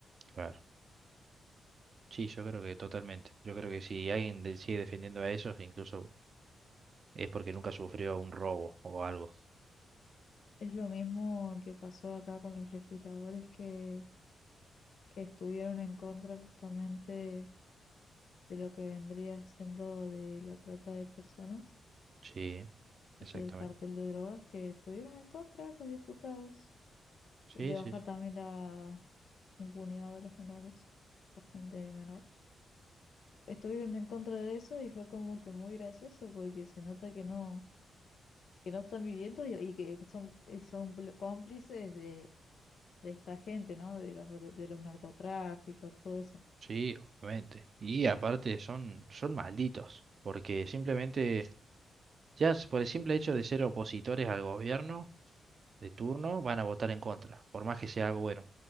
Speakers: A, on the right; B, on the left.
A: Claro. Sí, yo creo que totalmente. Yo creo que si alguien de- sigue defendiendo a esos, incluso es porque nunca sufrió un robo o algo.
B: Es lo mismo que pasó acá con los legisladores que, que estuvieron en contra justamente de lo que vendría siendo de la trata de personas
A: Sí, exactamente.
B: y el cartel de drogas que estuvieron en contra los diputados
A: Sí,
B: y de
A: sí,
B: bajar
A: sí.
B: también la impunidad de los menores, de menores. estuvieron en contra de eso y fue como que muy gracioso porque se nota que no, que no están viviendo y, y que, que son, y son pl- cómplices de, de esta gente, ¿no? De los, dro- de los narcotráficos, todo eso.
A: Sí, obviamente. Y aparte son, son malditos, porque simplemente, ya s- por el simple hecho de ser opositores al gobierno de turno, van a votar en contra, por más que sea algo bueno.